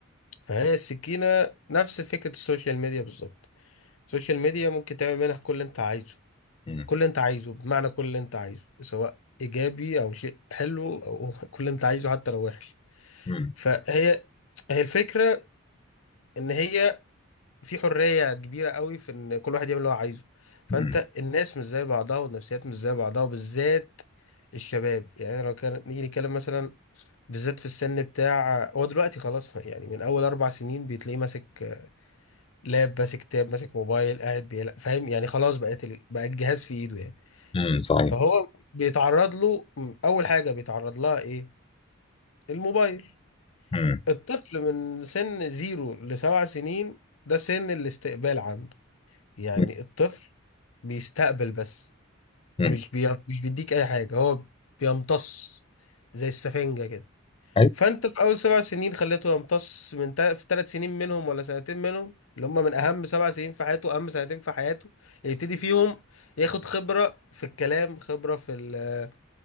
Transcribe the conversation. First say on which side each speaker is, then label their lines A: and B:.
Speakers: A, on the left; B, on the left.
A: فهي السكينة نفس فكرة السوشيال ميديا بالظبط السوشيال ميديا ممكن تعمل منها كل اللي انت عايزه
B: مم.
A: كل اللي انت عايزه بمعنى كل اللي انت عايزه سواء ايجابي او شيء حلو او <laughs> كل اللي انت عايزه حتى لو وحش
B: مم.
A: فهي هي الفكرة ان هي في حرية كبيرة قوي في ان كل واحد يعمل اللي هو عايزه فانت
B: مم.
A: الناس مش زي بعضها والنفسيات مش زي بعضها وبالذات الشباب يعني لو كان نيجي نتكلم مثلا بالذات في السن بتاع هو دلوقتي خلاص يعني من اول اربع سنين بتلاقيه ماسك لاب ماسك تاب ماسك موبايل قاعد بيلعب فاهم يعني خلاص بقت ال... بقى الجهاز في ايده يعني
B: مم. صحيح
A: فهو بيتعرض له اول حاجة بيتعرض لها ايه الموبايل
B: مم.
A: الطفل من سن زيرو لسبع سنين ده سن الاستقبال عنده يعني
B: مم.
A: الطفل بيستقبل بس
B: مم.
A: مش بي... مش بيديك اي حاجه هو بيمتص زي السفنجه كده
B: أيوة.
A: فانت في اول سبع سنين خليته يمتص من تا... في ثلاث سنين منهم ولا سنتين منهم اللي هم من اهم سبع سنين في حياته اهم سنتين في حياته يبتدي فيهم ياخد خبره في الكلام خبره في ال... آه،